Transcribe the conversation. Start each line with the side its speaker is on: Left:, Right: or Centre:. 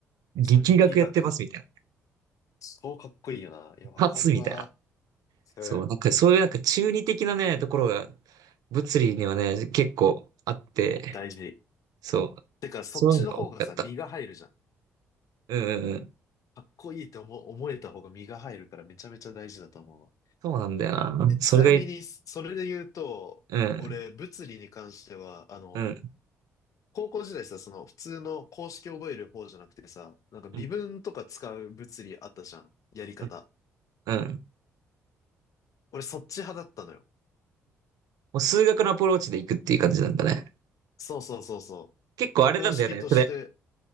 Right: 力学やってますみたいな。
Left: その力学、超かっこいいよな。いや、
Right: 一発みたいな。
Left: わかるわ。それ、
Right: そう、なんかそういうなんか中二的なね、ところが、物理にはね、結構あって、
Left: 大事。
Right: そう。
Left: てか、そっちの方がさ、
Right: そういうのが大きかった。
Left: 身が入るじゃん。
Right: うんうんうん。
Left: かっこいいって思、思えた方が身が入るからめちゃめちゃ大事だと思うわ。
Right: そうなんだよな。
Left: え、ちなみに、
Right: それがい、
Left: それで言うと、
Right: うん、
Left: 俺、物理に関しては、あの、
Right: うん、
Left: 高校時代さ、その普通の公式覚える方じゃなくてさ、なんか微分とか使う物理あったじゃん。
Right: うん、
Left: やり方。
Right: うん。うん
Left: 俺、そっち派だったのよ。
Right: もう数学のアプローチでいくっていう感じなんだね。
Left: そうそうそうそう。
Right: 結構あれなんだよね。
Left: 公式として、
Right: それ